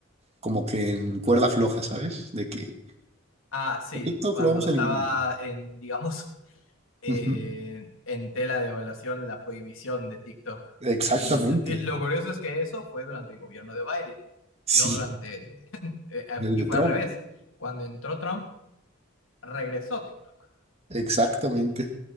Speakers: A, on the right (about 30°); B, on the left (about 80°).
A: como que en cuerda floja, ¿sabes? De que
B: Ah, sí,
A: a TikTok
B: cuando
A: lo vamos
B: estaba
A: a eliminar.
B: en, digamos, <laughs> eh,
A: Ujú,
B: en tela de evaluación la prohibición de TikTok.
A: Exactamente,
B: Y, y lo curioso es que eso fue durante el gobierno de Biden.
A: sí,
B: no durante, <laughs>
A: el
B: y
A: de
B: fue
A: Trump,
B: al revés. Cuando entró Trump, regresó TikTok.
A: exactamente.